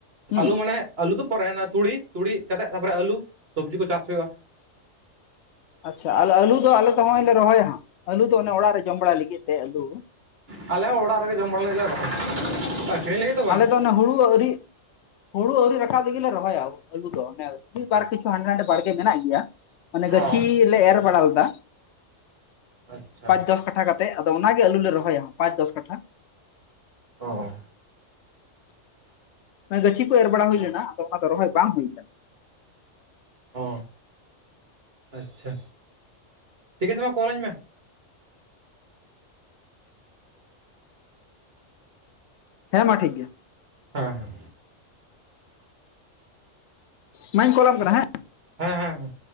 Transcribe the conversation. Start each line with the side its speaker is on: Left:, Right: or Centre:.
Left: ᱦᱩᱸ
Right: ᱟᱞᱩ ᱢᱟᱱᱮ ᱟᱹᱞᱩ ᱫᱚ ᱯᱚᱨᱮ ᱟᱱᱟ ᱛᱩᱲᱤ ᱛᱩᱲᱤ ᱠᱟᱛᱮᱫ ᱛᱟᱨᱯᱚᱨᱮ ᱟᱹᱞᱩ ᱥᱚᱵᱽᱡᱤ ᱠᱚ ᱪᱟᱥ ᱦᱩᱭᱩᱜ-ᱟ᱾
Left: ᱟᱪᱪᱷᱟ ᱟᱞᱮ ᱟᱹᱞᱩ ᱫᱚ ᱟᱞᱮᱫᱚ ᱦᱚᱸᱜ-ᱚᱭ ᱞᱮ ᱨᱚᱦᱚᱭᱟ ᱦᱟᱸᱜ ᱟᱹᱞᱩ ᱫᱚ ᱚᱱᱮ ᱚᱲᱟᱜ ᱨᱮ ᱡᱚᱢ ᱵᱟᱲᱟᱭ ᱞᱟᱹᱜᱤᱫ ᱛᱮ ᱟᱹᱞᱩ,
Right: ᱟᱞᱮ ᱦᱚᱸ ᱚᱲᱟᱜ ᱨᱮᱜᱮ ᱡᱚᱢ ᱵᱟᱲᱟ ᱞᱟᱜᱤᱫ ᱞᱮ ᱨᱚᱦᱚᱭ ᱟᱹᱠᱷᱨᱤᱧ ᱞᱟᱹᱜᱮᱫ ᱫᱚ ᱵᱟᱝ᱾
Left: ᱚᱱᱟ ᱦᱩᱲᱩ ᱟᱹᱣᱨᱤ ᱦᱩᱲᱩ ᱟᱹᱣᱨᱤ ᱨᱟᱠᱟᱵ ᱨᱮᱜᱤᱞᱮ ᱨᱚᱦᱚᱭᱟ ᱟᱹᱞᱩ ᱫᱚ ᱦᱮᱸ ᱢᱤᱫ ᱵᱟᱨ ᱠᱤᱪᱷᱩ ᱦᱟᱸᱰᱮ ᱱᱟᱰᱮ ᱵᱟᱲᱜᱮ ᱢᱮᱱᱟᱜ ᱜᱮᱭᱟ, ᱢᱟᱱᱮ ᱜᱟᱹᱪᱷᱤ
Right: ᱚ
Left: ᱞᱮ ᱮᱨ ᱵᱟᱲᱟ ᱞᱮᱫᱟ
Right: ᱟᱪᱪᱷᱟ
Left: ᱯᱟᱸᱪ ᱫᱚᱥ ᱠᱟᱴᱷᱟ ᱠᱟᱛᱮ ᱟᱫᱚ ᱚᱱᱟᱜᱮ ᱟᱹᱞᱩ ᱞᱮ ᱨᱚᱦᱚᱭᱟ ᱦᱟᱸᱜ ᱯᱟᱸᱪ ᱫᱚᱥ ᱠᱟᱴᱷᱟ,
Right: ᱚ,
Left: <unintelligible> ᱜᱟᱹᱪᱷᱤ ᱠᱩ ᱮᱨ ᱵᱟᱲᱟ ᱦᱩᱭ ᱞᱮᱱᱟ ᱟᱫᱚ ᱚᱱᱟ ᱫᱚ ᱨᱚᱦᱚᱭ ᱵᱟᱝ ᱦᱩᱭ ᱟᱠᱟᱱᱟ᱾
Right: ᱚ ᱟᱪᱪᱷᱟ, ᱴᱷᱤᱠ ᱟᱪᱷᱮ ᱢᱟ ᱠᱚᱞ ᱟᱹᱧ ᱢᱮ,
Left: ᱦᱮᱸ ᱢᱟ ᱴᱷᱤᱠ ᱜᱮᱭᱟ,
Right: ᱦᱮᱸ, ᱦᱮᱸ,
Left: ᱢᱟᱧ ᱠᱚᱞᱟᱢ ᱠᱟᱱᱟ ᱦᱮᱸ,
Right: ᱦᱮᱸ, ᱦᱮᱸ,